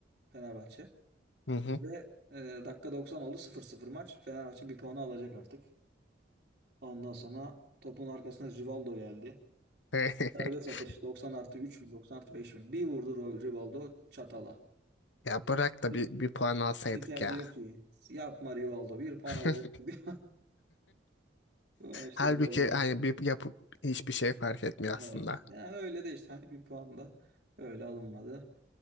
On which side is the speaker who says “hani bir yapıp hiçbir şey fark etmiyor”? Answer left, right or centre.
Left